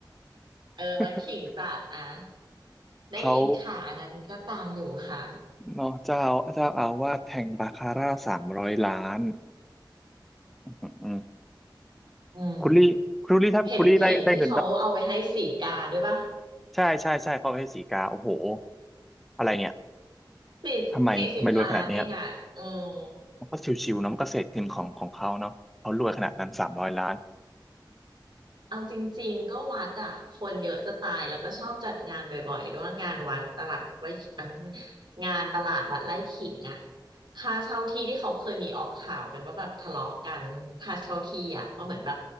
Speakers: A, on the right; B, in the centre.
A: <laughs> เออวัดขิงจัดอ่ะ
B: <laughs>
A: ได้ยินค่ะอันนั้นก็ตามอยู่ค่ะ
B: เขาเนาะเจ้าเจ้าอาวาสแทงบาคาร่าสามร้อยล้านอืมอืม
A: อืม
B: คุณลี่คุณลี่ถ้าคุณลี่ได้ได้เงินตั้ง
A: เห็นเห็นที่เขาเอาไปให้สีกาด้วยป่ะ
B: ใช่ใช่ใช่เขาให้สีกาโอ้โหอะไรเนี่ย
A: สี่สี่สิบล้านเองอ่ะอืม
B: ทำไมทำไมรวยขนาดเนี้ย มันก็ชิวๆเนาะมันก็เศษเงินของของเขาเนาะเขารวยขนาดนั้นสามร้อยล้าน
A: เอาจริงๆก็วัดอะคนเยอะจะตายแล้วก็ชอบจัดงานบ่อยๆด้วยงานวัดตลาดไว้เอ่องานตลาดวัดไร่ขิงอะค่าเช่าที่ที่เขาเคยมีออกข่าวกันว่าแบบทะเลาะกันค่าเช่าที่อะว่าเหมือนแบบ